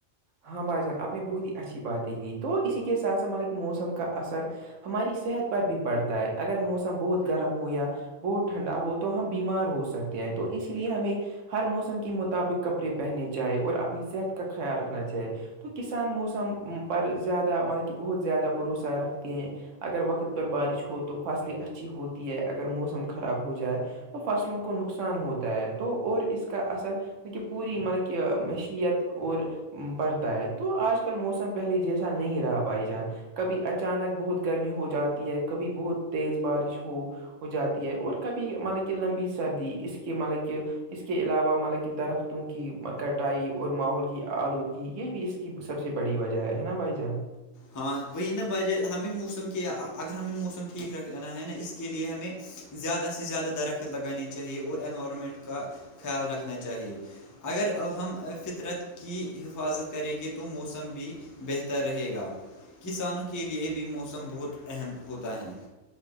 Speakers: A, on the right; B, on the left.
A: ہاں بھائی جان آپ نے بہت ہی اچھی باتیں کی تو اسی کے ساتھ س مطلب کہ موسم کا اثر ہماری صحت پر بھی پڑتا ہے اگر موسم بہت گرم ہو یا بہت ٹھنڈا ہو تو ہم بیمار ہو سکتے ہیں تو اس لیے ہمیں ہر موسم کے مطابق کپڑے پہننے چاہیں اور اپنی صحت کا خیال رکھنا چاہے تو کسان موسم پر زیادہ مطلب کہ بہت زیادہ بھروسہ رکھتے ہیں اگر وقت پر بارش ہو تو فصلیں اچھی ہوتی ہے اگر موسم خراب ہو جائے تو فصلوں کو نقصان ہوتا ہے تو اور اس کا اثر پوری مطلب کہ م میں چ ت <unintelligible> اور پڑتا ہے تو آج کل موسم پہلے جیسا نہیں رہا بائی جان کبھی اچانک بہت گرمی ہو جاتی ہے کبھی بہت تیز بارش ہو ہو جاتی ہے اور کبھی مطلب کہ لمبی سردی اس کی مطلب کہ اس کے علاوہ ملک درختوں کی کٹائی اور ماحول آلودگی یہ بھی اس کی سب سے بڑی وجہ ہے نا بھائی جان
B: ہاں وہی نا بجائے ہمیں موسم کے اگر ہمیں موسم ٹھیک رکھنا ہے نا اس <unintelligible> کے لیے ہمیں زیادہ سے زیادہ درخت لگانی چاہیے اور انوائرمنٹ کا خیال رکھنا چاہیے اگر ہم فطرت کی حفاظت کریں گے تو موسم بھی بہتر رہے گا کسانوں کے لیے بھی موسم بہت اہم ہوتا ہے